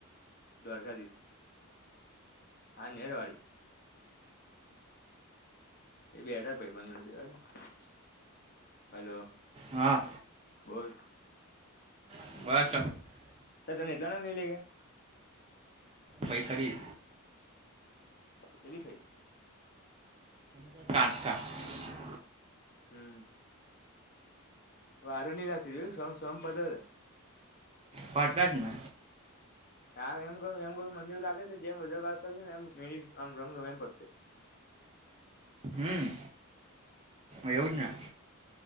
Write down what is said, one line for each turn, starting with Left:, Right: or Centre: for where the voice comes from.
Left: દ્વારકાધીશ, આ નેરવાડી. ઈ બેઠા ભાઈબંડ જોડે બેહવા દે. હલો.
Right: હા.
Left: બોલ.
Right: <unintelligible>
Left: તો તને એકલા ને નહીં લઈ ગયા.
Right: પહીં ખરી
Left: કેટલી થઈ?
Right: <unintelligible>
Left: હમ્મ. વારું નઇ લાગતી જોયું, સમ-સમ પતે સે.
Right: પતે જ ને.
Left: આમ એમ કહું છું એમ કહું છું મન તો લાગે છે જેમ વધારે વાત કરશું ને એમ ઈ આમ રમ-રમ પતશે. <unintelligible>
Right: હમ્મ. એવું જ ને